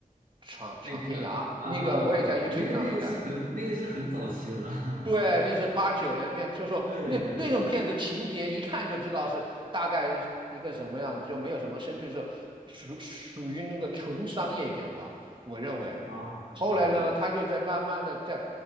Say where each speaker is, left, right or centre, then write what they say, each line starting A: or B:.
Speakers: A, on the right; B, on the right.
A: 闯闯天涯，
B: 那个啊啊啊啊，
A: 那个我也在 YouTube
B: 那个那个是很那个是很早期的了，
A: 上面看了，
B: <laughs> 哈哈，
A: 对，那是八九年的片，就说那那种片子情节一看就知道是大概一个什么样子，
B: 对对对对，
A: 就没有什么深度，就是属属于那个纯商业片吧，我认为。
B: 啊啊。
A: 后来呢，他就在慢慢的在，